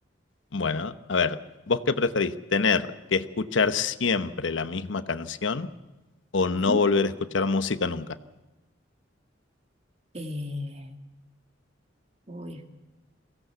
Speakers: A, on the left; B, on the right.
A: Bueno, a ver, ¿vos qué preferís? ¿Tener que escuchar siempre la misma canción o
B: Ujú.
A: no volver a escuchar música nunca?
B: Eh, uy,